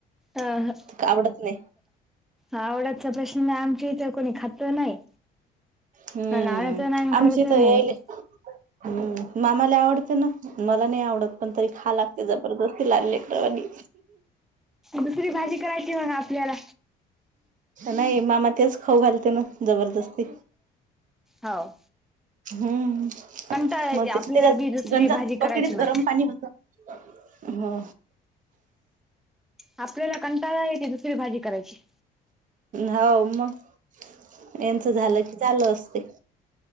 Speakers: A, in the centre; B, on the right (about 50°).
A: ह
B: का आवडत नाही?
A: आवडाचा प्रश्न नाही, आमच्या इथं कोणी खात नाही.
B: हम्म
A: मला आवडत नाही‌ आणि
B: आमची
A: करतही
B: तर यायले
A: नाही.
B: हम्म, मामाला आवडते ना. मला नाही आवडत, पण तरीही खायाला लागते जबरदस्ती लहान लेकरावाणी.
A: दुसरी भाजी करायची म्हणा आपल्याला.
B: नाही मामा तेच खाऊ घालते ना जबरदस्ती.
A: हो
B: हम्म.
A: कंटाळा येते
B: मग
A: आपल्याला
B: ते त्याच्यात
A: बी दुसरी
B: गंजात
A: भाजी करायची
B: बकीतीत
A: माय
B: गरम पाणी होत <unintelligible> हा.
A: आपल्याला कंटाळा आहे ती दुसरी भाजी करायची.
B: हौ मग यांच झालं की चालू असते.